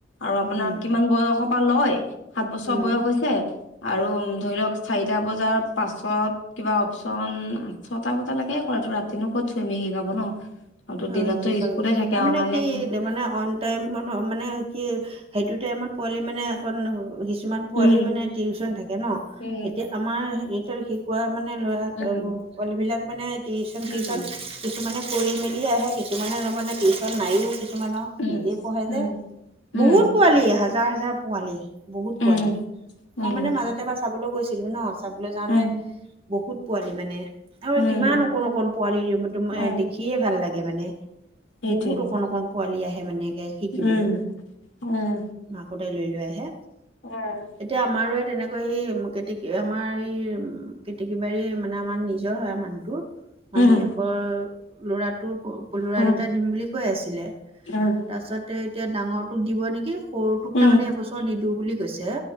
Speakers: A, on the left; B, on the right.
A: আৰু আপোনাক
B: উম।
A: কিমান বয়সৰ পৰা লয় সাত বছৰ
B: উম।
A: বয়স হৈছে আৰু ধৰি লওক চাৰিটা বজাৰ পাছত কিবা অপশচন ছটা বজালেকে কৰে ৰাতিনো ক'ত চুইমি শিকাব ন। আৰুতো দিনততো
B: ওম ছয়টালে
A: স্কুলে থাকে
B: তাৰমানে
A: অনা নিয়া
B: কি জামানে অন টাইম মন মানে সেইতো টাইমত পোৱালি মানে অকন কিমান পোৱালি
A: উম,
B: মানে টিউচন থাকে ন
A: উম,
B: এতিয়া আমাৰ ইহঁতৰ পোৱা মানে ল'ৰা
A: উম,
B: পোৱালী বিলাক মানে টিচন
A: উম,
B: চিচন কিছুমানানে কৰি মেলি দি আহে কিছুমানে মানে টিউচন নাইও কিছুমানৰ
A: উম,
B: নিজে পঢ়ে যে
A: উম,
B: বহুত পোৱালি হাজাৰ হাজাৰ পোৱালি। বহুত
A: উম,
B: পোৱালি
A: উম, উম,
B: মই মানে মাজতে এবাৰ চাবলৈ গৈছিলো ন চাবলৈ যাওঁতে
A: উম,
B: বহুত পোৱালি মানে আৰু
A: উম,
B: কিমান অকণ অকণ পোৱালি সেইমতে
A: উম,
B: দেখিয়ে ভাল লাগে। মানে
A: সেইটোৱে
B: বহুত অকণ অকণ পোৱালি আহে মানে শিকিবলো
A: উম, উম,
B: মাকহতে লৈ লৈ আহে।
A: উম!
B: এতিয়া আমাৰো এই তেনেকৈ এই কেতেকী আমাৰ এই কেতিক বাৰী মানে আমাৰ নিজৰ হয় মানুহজনৰ টুপ মাহীয়েকৰ
A: উম,
B: ল'ৰাটোৰ পলোৰা
A: উম,
B: দুটা দিম বুলি কৈ আছিলে
A: উম,
B: তাৰ পাছতে এতিয়া ডাঙৰ তোক দিব নেকি? সৰুটোক
A: উম,
B: তাৰমানে এবছৰ নিদিওঁ বুলি কৈছে